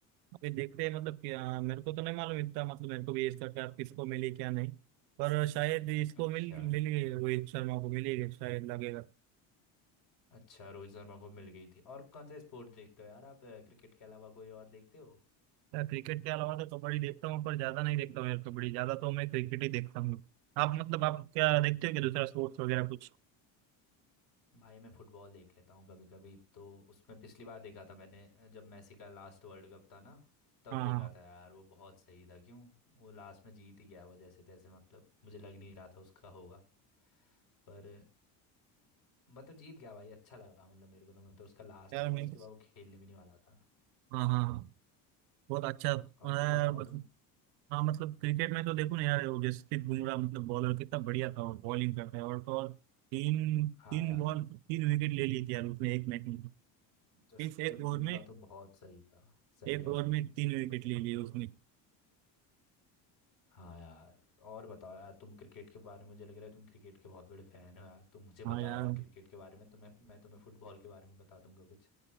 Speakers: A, on the right; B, on the left.
A: अभी देखते हैं मतलब कि हाँ, मेरे को तो नहीं मालूम इतना मतलब मेरे को भी इसका क्या किसको मिली क्या नहीं पर शायद इसको
B: अच्छा
A: मिल मिली रोहित शर्मा को मिली शायद लगेगा
B: अच्छा रोहित शर्मा को मिल गई थी और कौन सा स्पोर्ट देखते हो यार आप अ, क्रिकेट के अलावा कोई और देखते हो
A: यार क्रिकेट के अलावा तो कबड्डी देखता हूँ पर ज्यादा नहीं देखता हूँ यार कबड्डी ज्यादा तो मैं क्रिकेट ही देखता हूँ आप मतलब आप क्या देखते हो कि दूसरा स्पोर्ट्स वगैरह कुछ
B: भाई मैं फुटबॉल देख लेता हूँ कभी कभी तो उसमें पिछली बार देखा था मैंने जब मेसी का लास्ट वर्ल्ड कप था ना तब
A: हाँ
B: देखा
A: हाँ
B: था यार वो बहुत सही था क्यों वो लास्ट में जीत ही गया वो जैसे तैसे मतलब मुझे लग नहीं रहा था उसका होगा पर मतलब जीत गया भाई अच्छा लगा मतलब मेरे को तो मतलब उसका लास्ट
A: यार मैं
B: था उसके
A: तो,
B: बाद वो खेलने भी नहीं वाला था
A: हाँ हाँ हाँ बहुत अच्छा
B: और
A: मैं
B: तुम बताओ
A: मतलब-
B: तुम
A: हाँ मतलब क्रिकेट में तो देखो ना यार वो जसप्रीत बुमराह मतलब बॉलर कितना बढ़िया था वो बॉलिंग करता है और तो और तीन
B: हाँ
A: तीन
B: यार
A: बॉल तीन विकेट ले ली थी यार उसने एक मैच में
B: जसप्रीत
A: इस एक ओवर
B: बुमराह
A: में
B: तो बहुत सही था सही
A: एक
B: कह
A: ओवर
B: रहे हो
A: में तीन विकेट ले लिए उसने
B: हाँ यार और बताओ यार तुम क्रिकेट के बारे में मुझे लग रहा है तुम क्रिकेट के बहुत बड़े फैन हो यार तुम मुझे बताओ
A: हाँ यार
B: यार क्रिकेट के बारे में तुम्हें मैं तुम्हें फुटबॉल के बारे में बता दूंगा कुछ